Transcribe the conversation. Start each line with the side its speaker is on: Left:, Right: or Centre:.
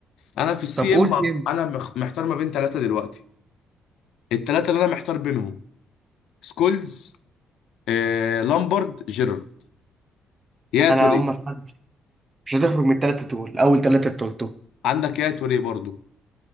Left: انا في السي
Right: طب قول
Left: ام
Right: سي ام
Left: انا مخ- محتار ما بين ثلاثه دلوقتي الثلاثه اللي انا محتار بينهم سكولز آه، لامبرد جيرارد يا توريه
Right: انا هم في حد مش هتخرج من الثلاثه دول اول ثلاثه انت قلتهم
Left: عندك يا توريه برضو